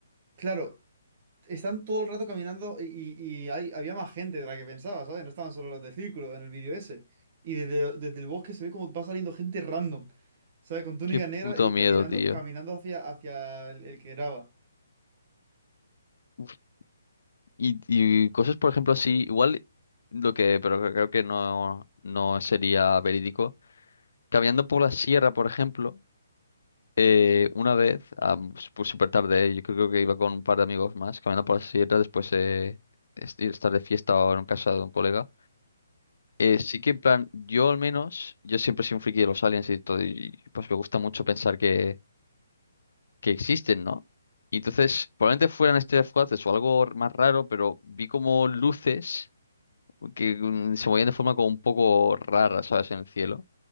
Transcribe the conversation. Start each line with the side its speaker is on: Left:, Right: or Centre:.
Right: Claro, Están todo el rato caminando y, y- y hay, había más gente de la que pensaba, ¿sabes? No estaban solo los del círculo en el vídeo ese. Y desde, desde el bosque se ve como va saliendo gente random, ¿sabes? Con túnica
Left: Qué puto
Right: negra y
Left: miedo,
Right: caminando,
Left: tío.
Right: caminando hacia, hacia el, el que graba.
Left: Uf, Y, y cosas, por ejemplo, así, igual lo que, pero que creo que no, no sería verídico. Caminando por la sierra, por ejemplo, eh, una vez, am, s- pues súper tarde, eh, yo creo que iba con un par de amigos más, caminando por la sierra después de estar de fiesta o en casa de un colega. Eh, sí que en plan, yo al menos, yo siempre soy un friki de los aliens y todo, y pues me gusta mucho pensar que que existen, ¿no? Y entonces, probablemente fueran estrellas fugaces o algo r- más raro, pero vi como luces que mm, se movían de forma como un poco rara, ¿sabes? En el cielo.